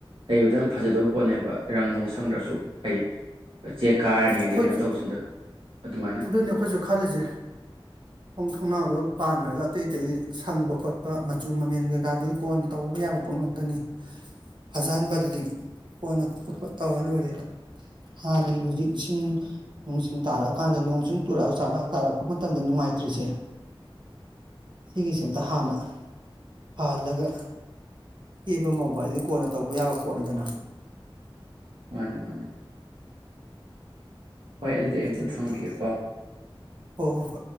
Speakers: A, on the right (about 75°); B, on the right (about 55°).
A: ꯂꯩꯕꯗ ꯌꯥꯝ ꯐꯖꯗ‌ꯣꯕ ꯄꯣꯠꯅꯦꯕ ꯔꯪ ꯅꯨꯡ ꯁꯪꯗ꯭ꯔꯁꯨ ꯍꯥꯏꯗꯤ ꯆꯦꯛ ꯀꯥꯔꯅꯤꯗꯤ
B: ꯑꯩꯈꯣꯏꯁꯨ
A: ꯀꯩꯅꯣ ꯇꯧꯁꯤꯟꯗꯣ ꯑꯗꯨꯃꯥꯏꯅ
B: ꯑꯗꯨꯅꯦ ꯑꯩꯈꯣꯏꯁꯨ ꯈꯜꯂꯤꯁꯦ ꯊꯣꯡ ꯊꯣꯡꯅꯥꯎꯗ ꯄꯥꯟꯈ꯭ꯔꯒ ꯑꯇꯩ ꯑꯇꯩꯗꯤ ꯁꯪꯕ ꯈꯣꯠꯄ ꯃꯆꯨ ꯃꯃꯦꯟ ꯀꯩꯀꯥꯗꯨꯗꯤ ꯀꯣꯟꯅ ꯇꯧꯕ ꯌꯥꯕ ꯄꯣꯠ ꯉꯥꯛꯇꯅꯤ ꯐꯖꯍꯟꯕꯗꯨꯗꯤ ꯀꯣꯟꯅ ꯈꯣꯠꯄ ꯇꯧꯔ ꯂꯣꯏꯔꯦꯅ ꯍꯥꯟꯅꯒꯤ ꯍꯧꯖꯤꯛ ꯆꯤꯡ ꯅꯨꯡꯁꯤꯡ ꯇꯥꯔꯛꯑꯀꯥꯟꯗ ꯅꯣꯡ ꯆꯤꯡ ꯇꯨꯔꯛꯑꯒ ꯆꯥꯔꯛꯑ ꯇꯥꯔꯛꯄ ꯃꯇꯝꯗ ꯅꯨꯡꯉꯥꯏꯇ꯭ꯔꯤꯁꯦ ꯁꯤꯒꯤꯁꯦ ꯑꯝꯇ ꯍꯥꯟꯅ ꯐꯍꯜꯂꯒ ꯀꯦꯕ ꯉꯧꯕ ꯍꯥꯏꯗꯤ ꯀꯣꯟꯅ ꯇꯧꯕ ꯌꯥꯕ ꯄꯣꯠꯅꯤꯗꯅ
A: ꯃꯥꯅꯤ ꯃꯥꯅꯤ ꯍꯣꯏ ꯑꯗꯨꯗꯤ
B: ꯑꯗꯨꯅꯤ
A: ꯑꯝꯇ ꯊꯝꯈꯤꯒ‌ꯦꯀꯣ
B: ꯇꯧꯗꯣꯏꯁꯦ ꯍꯣ ꯍꯣ ꯍꯣꯏ